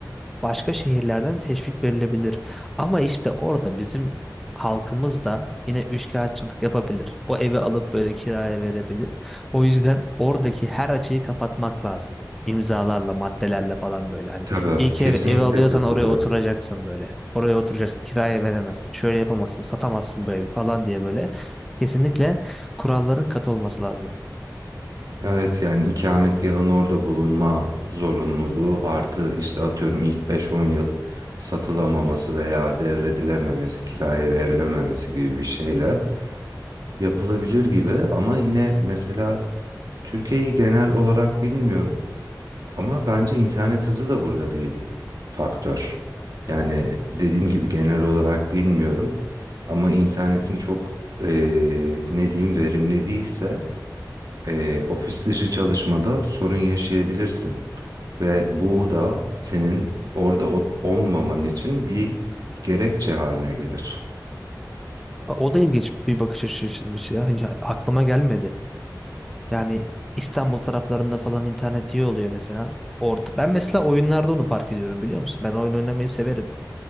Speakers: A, in the centre; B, on the right (about 60°).
A: başka şehirlerden teşvik verilebilir. Ama işte orada bizim halkımız da yine üçkağıtçılık yapabilir. O evi alıp böyle kiraya verebilir. O yüzden oradaki her açığı kapatmak lazım. İmzalarla, maddelerle falan böyle. Hani
B: tabii
A: ilk
B: kesinlikle
A: ev, ev alıyorsan
B: katılıyorum.
A: oraya oturacaksın böyle. Oraya oturacaksın, kiraya veremezsin. Şöyle yapamazsın, satamazsın bu evi falan diye böyle. Kesinlikle kuralların katı olması lazım.
B: Evet yani ikametgahın orada bulunma zorunluluğu artı işte atıyorum ilk beş-on yıl satılamaması veya devredilememesi, kiraya verilememesi gibi bir şeyle yapılabilir gibi ama yine mesela Türkiye'yi genel olarak bilmiyorum ama bence internet hızı da burada bir faktör. Yani dediğim gibi genel olarak bilmiyorum ama internetin çok eee, ne diyeyim verimli değilse eee, ofis dışı çalışmada sorun yaşayabilirsin. Ve bu da senin orada o- olmaman için bir gerekçe haline gelir.
A: O da ilginç bir bakış açısıymış ya. Hiç aklıma gelmedi. Yani İstanbul taraflarında falan internet iyi oluyor mesela. Orta, ben mesela oyunlarda onu fark ediyorum biliyor musun? Ben oyun oynamayı severim.